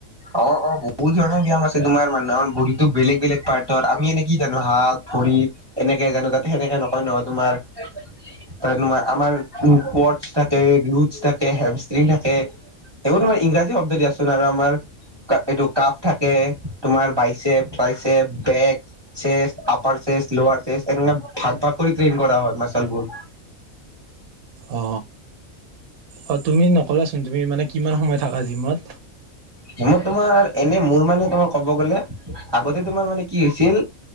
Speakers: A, on the right; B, on the right.
A: অ অ বহুত ধৰণৰ ব্যায়াম আছে তোমাৰ মানুহৰ ভৰিতো বেলেগ বেলেগ পাৰ্টত আমি এনে কি জানো হাত ভৰি এনেকে জানো তাতে সেনেকে নকয় নহয় তোমাৰ ত তোমাৰ আমাৰ পৰ্দচ থাকে লুডচ থাকে হেমচটিন থাকে সেইবোৰ তোমাৰ ইংৰাজী শব্দ দিয়াচোন আৰু আমাৰ এই এইটো কাপ থাকে তোমাৰ biceps triceps back chest upper chest lower chest এনে ভাগ ভাগ কৰি ট্ৰেইন কৰা হয় মাচলবোৰ
B: অ অ তুমি নকলাচোন তুমি মানে কিমান সময় থাকা জিমত
A: জিমত তোমাৰ এনে মোৰ মানে তোমাৰ কব গলে আগতে তোমাৰ মানে কি হৈছিল